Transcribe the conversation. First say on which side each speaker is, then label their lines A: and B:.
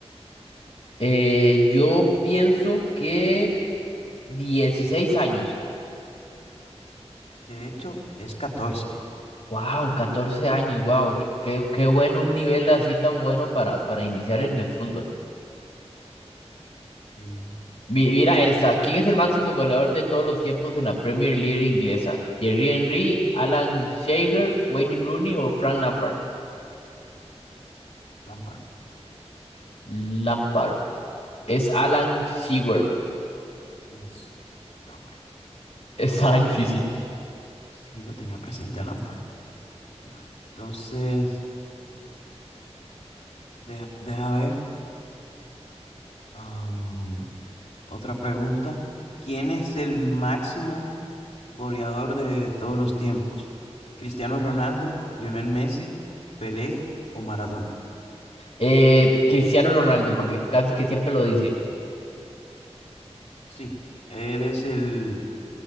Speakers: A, on the left (about 60°); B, on the left (about 80°).
A: Eh, yo pienso que 16 años.
B: De hecho, es catorce.
A: Wow, 14 años, wow, qué, qué- qué bueno un nivel así tan bueno para, para iniciar en el fútbol.
B: Sí,
A: Mi- Mira esta, ¿quién es el máximo goleador de todos los tiempos en la Premier League inglesa? ¿Thierry Henry, Alan Shearer, Wayne Rooney o Frank Lampard?
B: Lampard.
A: Lampard. Es Alan Shearer.
B: Uf, no, hombre.
A: <laughs> Está difícil.
B: Sí lo tenía presente a Lampard. Uf. Entonces, Deja, deja ver. am, otra pregunta. ¿Quién es el máximo goleador de todos los tiempos? ¿Cristiano Ronaldo, Lionel Messi, Pelé o Maradona?
A: Eh, Cristiano Ronaldo, porque casi que siempre lo dice.
B: Sí, él es el,